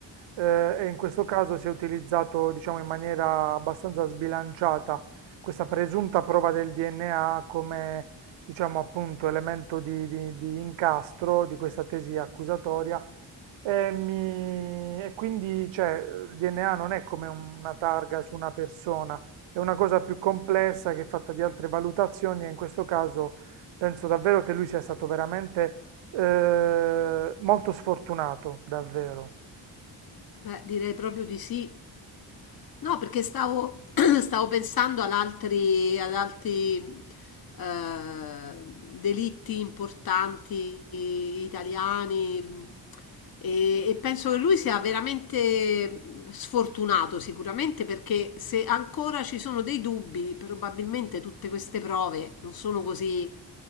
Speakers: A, on the right (about 85°); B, on the left (about 50°).
A: eh, e in questo caso si è utilizzato diciamo in maniera abbastanza sbilanciata questa presunta prova del DNA come diciamo appunto elemento di di- di incastro di questa tesi accusatoria e, mi- e quindi, cioè, il DNA non è come una targa su una persona, è una cosa più complessa che è fatta di altre valutazioni e in questo caso penso davvero che lui sia stato veramente eh, molto sfortunato, davvero.
B: beh, direi proprio di sì. No, perché stavo, <clears throat> stavo pensando ad altri, ad altri eh, delitti importanti italiani e, e penso che lui sia veramente sfortunato sicuramente perché se ancora ci sono dei dubbi, probabilmente tutte queste prove non sono così...